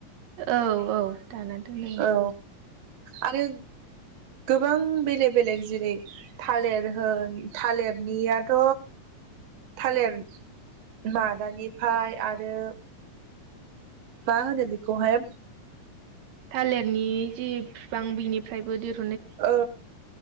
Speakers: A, on the right; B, on the right.
A: औ औ दाना दोनै
B: औ आरो गोबां बेलेग बेलेग जेरै थालिर होन थालिरनियाथ' थालिर मादानिफ्राय आरो मा होनो बेखौहाय
A: थालिरनि जि बिफां बिनिफ्रायबो दिर
B: औ